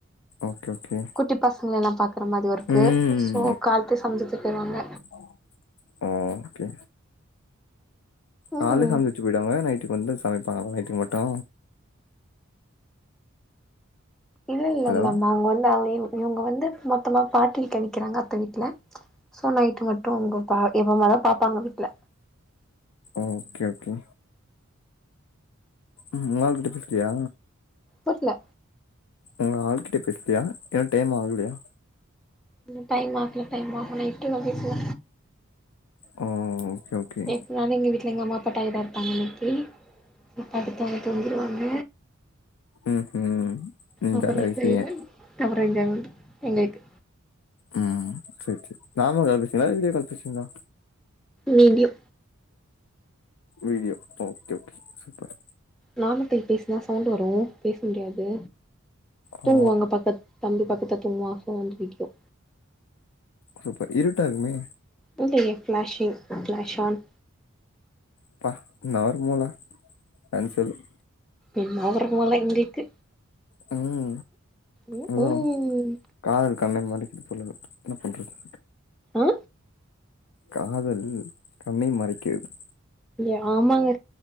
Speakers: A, on the left; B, in the centre.
A: ஓகே ஓகே
B: குட்டி பசங்க எல்லா பாக்குற மாரி ஒர்க்கு
A: ம்
B: சோ காலத்தே சமச்சு வெச்சிட்டு போய்டுவாங்க
A: ம் ஆ ஓகே கால்லே
B: ம்
A: சமச்சு வெச்ட்டு போய்டுவாங்களா நைட்டுக்கு வந்து சமைப்பாங்களா நைட்டுக்கு மட்டு
B: இல்ல இல்ல
A: ஹலோ
B: இல்ல அம்மா அங்க வந்து அவ இவங்க வந்து மத்தநாள் பாட்டி வீட்ல நிக்றாங்க அத்த வீட்டுல சோ நைட்டு மட்டு அவங்க பா எப்பமாதா பாப்பாங்க வீட்டில
A: ஓகே ஓகே ம் ஒ ஆள் கிட்ட பேசுறியா
B: கேக்கல
A: உங்க ஆள்கிட்ட பேசலியா இன்னு டைம் ஆகலியா
B: இன்னு டைம் ஆகல டைம் ஆகல <unintelligible> பேசுவ
A: ஓ ஓகே ஓகே
B: எப்னாலு எங்க வீட்ல எங்க அம்மா அப்பா டயடா இரு <unintelligible> சோ படுத்தவுடனே தூங்கிருவாங்க
A: ம் ம் ம்
B: அப்றோ
A: ஜாலியா
B: என்ஜாய்
A: இருப்பீங்க
B: என்ஜாய் மென்ட் எங்களுக்கு
A: ம் சேர் சேர் நாமல் கால் பேசிவீங்ளா வீடியோ கால் பேசுவீங்ளா
B: video
A: video okay okay super
B: normal call பேசுனா சவுண்ட் வரு பேச முடியாது
A: ஓ
B: தூங்குவாங்க பக்கத் தம்பி பக்கத்துல தூங்குவா <unintelligible>
A: சூப்பர் இருட்டா இருக்குமே
B: இல்லல்ல ஃப்ளஷிங் ஃப்ளாஷ் ஆன்
A: ப்பா என்ன ஒரு மூல <unintelligible>
B: என்னா ஒரு மூல எங்களுக்கு
A: ம்
B: ம்
A: அதா
B: ம்
A: காதல் கண்ணை மறைக்குது போல இருக்குது என்ன பண்றது
B: ஆ
A: காதல் கண்ணை மறைக்கிர்து
B: ஏ ஆமாங்க